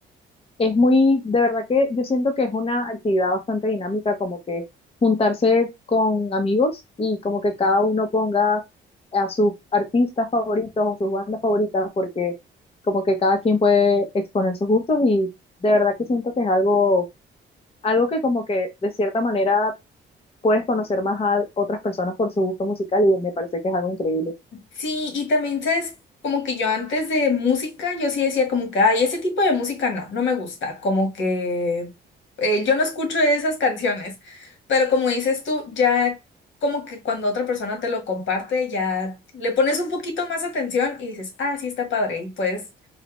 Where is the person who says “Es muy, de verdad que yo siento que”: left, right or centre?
Left